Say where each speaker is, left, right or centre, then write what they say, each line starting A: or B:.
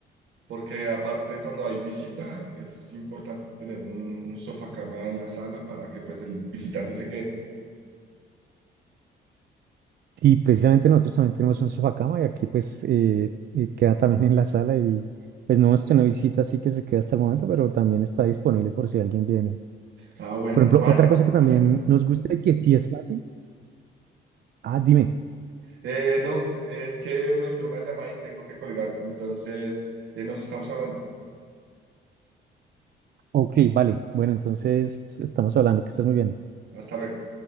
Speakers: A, on the right; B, on the right.
A: porque aparte cuando hay visita es importante tener un, un sofá cama en la sala para que pues el visitante se quede.
B: Sí, precisamente nosotros también tenemos un sofá cama y aquí pues eh, eh, queda también en la sala y pues no hemos tenido visita, así que se queda hasta el momento, pero también está disponible por si alguien viene.
A: Ah, bueno,
B: Por ejemplo,
A: Juan,
B: otra cosa que también
A: dime.
B: nos gusta y que sí es fácil. Ah, dime.
A: Eh, no, es que me entró una llamada y tengo que colgar, entonces eh, nos estamos hablando.
B: Ok, vale. Bueno, entonces estamos hablando, que estás muy bien.
A: Hasta luego.